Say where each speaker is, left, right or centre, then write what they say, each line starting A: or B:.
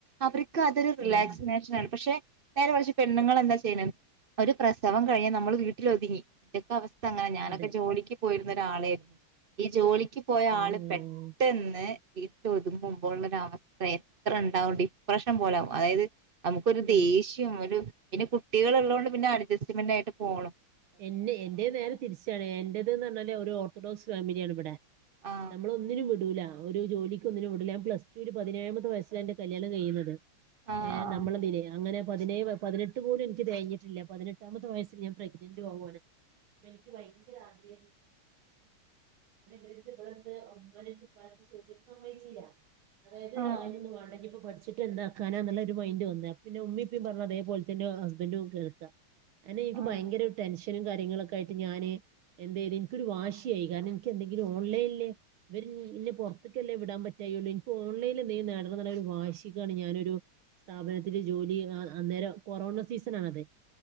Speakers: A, on the right; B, on the right.
A: അവർക്ക് അതൊരു റിലാക്സിനേഷൻ
B: ഉം
A: ആണ് പക്ഷെ നേരെ മറിച്ച് പെണ്ണുങ്ങൾ എന്താ ചെയ്യണേ ഒരു പ്രസവം കഴിഞ്ഞാൽ നമ്മള് വീട്ടില് ഒതുങ്ങി ഇതൊക്കെ അവസ്ഥ അങ്ങനെ ഞാനൊക്കെ
B: അതെ
A: ജോലിക്ക് പോയിരുന്ന ഒരാളായിരുന്നു ഈ ജോലിക്ക് പോയ
B: ഉം
A: ആള് പെട്ടെന്ന് വീട്ടിൽ ഒതുങ്ങുമ്പോ ഉള്ളൊരു അവസ്ഥ എത്ര ഉണ്ടാവും ഡിപ്രഷൻ പോലാവും അതായത് നമുക്കൊരു
B: സത്യം
A: ദേ ഷ്യം വരും പിന്നെ കുട്ടികൾ ഉള്ളത് കൊണ്ട് പിന്നെ അഡ്ജസ്റ്റ്മെന്റ് ആയിട്ട് പോകണം
B: എന്നെ എന്റെ നേരെ തിരിച്ചാണ് എന്റേതെന്ന് പറഞ്ഞാല് ഒരു ഓർത്തഡോക്സ് ഫാമിലിയാണ് ഇവിടെ
A: ആഹ്
B: നമ്മളെ ഒന്നിനും വിടൂല ഒരു ജോലിക്ക് ഒന്നിനും വിടില്ല ഞാൻ പ്ലസ് ടുവിൽ പതിനേഴാമത്തെ വയസ്സിലാ എന്റെ കല്യാണം കഴിയുന്നത്
A: ആഹ്
B: ഏ നമ്മളെന്ത്‌ ചെയ്യാൻ അങ്ങനെ പതിനേ പതിനെട്ട് പോലും എനിക്ക് തികഞ്ഞിട്ടില്ല പതിനെട്ടാമത്തെ വയസ്സിൽ ഞാൻ പ്രെ ഗ്നന്റും ആകുവാണ് അപ്പോ എനിക്ക് ഭയങ്കര ആഗ്രഹവായിരുന്നു <unintelligible> <unintelligible> ഉമ്മാടെ അടുത്തും ഉപ്പാടെ അടുത്തും ചോദിച്ചപ്പോ സമ്മയച്ചില്ല അതായത്
A: ആഹ്
B: ആ ഇനിയൊന്നും വേണ്ട ഇനിയിപ്പോ പഠി ച്ചിട്ട് എന്താക്കാനാ എന്നുള്ള ഒരു മൈന്റ് വന്നത് അപ്പോ പിന്നെ ഉമ്മയും ഉപ്പയും പറഞ്ഞ അതേപോലെ തന്നെയാ ഹസ്ബൻഡും കേൾക്കുക അങ്ങനെ എനിക്ക്
A: ആഹ്
B: ഭയങ്കര ടെൻഷനും കാര്യങ്ങളൊക്കെ ആയിട്ട് ഞാന് എന്തേലും എനിക്കൊരു വാശിയായി കാരണം എനിക്ക് എന്തെങ്കിലും ഓൺലൈനില് ഇവര് എന്നെ പുറത്തേക്കല്ലേ വിടാൻ പറ്റാഴികയുള്ളു എനിക്ക് ഓൺലൈനിൽ എന്തേലും നേടണം എന്നുള്ള ഒരു വാശിക്കാണ് ഞാനൊരു സ്ഥാപനത്തില് ജോലി അന്നേരം കൊറോണ സീസൺ ആണത്